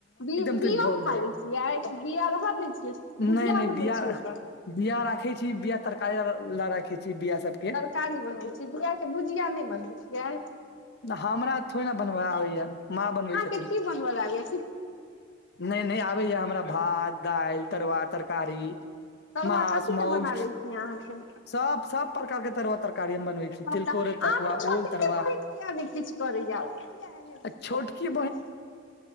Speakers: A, on the left; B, on the left.
A: बी,
B: तृप्त
A: बीओ
B: भऽ
A: खा
B: जाइया
A: लै छियै, कि बिया रह दै छियै।
B: नहि
A: भुजिया
B: नहि
A: बनबे
B: बिया
A: छिय ओकर।
B: बिया राखे छी, बिया तरकारी ल राखे छीय बिया सब।
A: तरकारी बनबै छि, बिआ के भुजिया नहि बनबै छियै।
B: हमरा थोड़े न बनबऽ आबैय, माँ बनबै छथि।
A: की- की बनबल आबैये।
B: नइ-नइ आबैए हमरा भात, दाइल, तरुआ, तरकारी।
A: तरुआ
B: मास
A: कथीक
B: मौस
A: के बना लै छी अहाँके।
B: सब- सब प्रकार के तरुआ, तरकारी हम बनबै
A: सबटा
B: छी, तिलकोरे
A: अहाँ
B: तरुआ,
A: तऽ छोटके
B: ओल तरुआ।
A: बहिन किया ने किछ करैया, ओ किया एहन
B: आ छोटकी
A: भऽ गेलिय।